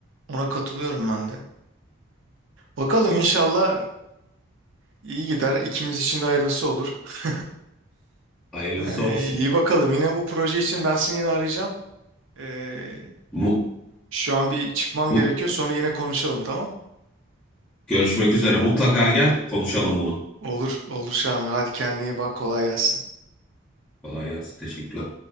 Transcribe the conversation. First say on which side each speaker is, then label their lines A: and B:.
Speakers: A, on the right (about 65°); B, in the centre.
A: ona katılıyorum ben de. Bakalım inşallah iyi gider. İkimiz için de hayırlısı olur. <laughs>
B: Hayırlısı
A: Ee,
B: olsun.
A: iyi bakalım. Yine bu proje için ben seni yine arayacağım. Ee,
B: Mut,
A: şu an bir çıkmam
B: mut,
A: gerekiyor. Sonra yine konuşalım tamam?
B: görüşmek üzere. Mutlaka gel konuşalım bunu.
A: Olur, olur Şamil. Hadi kendine iyi bak. Kolay gelsin.
B: Kolay gelsin. Teşekkürler.